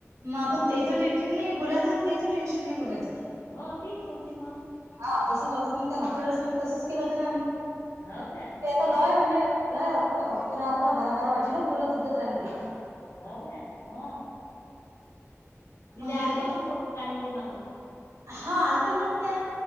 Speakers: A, on the right; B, on the left.
A: मग आपण
B: हो ना
A: त्याच
B: घा
A: टे नाही बोयचं तेच टेन्शन नाही बोयचं
B: हो ते पुरते मग
A: हा तसं करतात मग त्या मागच्या वेळेस म्हणजे तसंच केलं होतं ना आम्ही
B: हो काय
A: ते आता
B: हो
A: लॉ आहे म्हणजे नाही अक अकरा अकरा बारा बारा वाजे लोक बोलत ज राते
B: हो काय हो तिला
A: मग हे
B: आलते
A: तर लक्ष
B: का म कोत कानली मग
A: हा आलते म्हणत त्या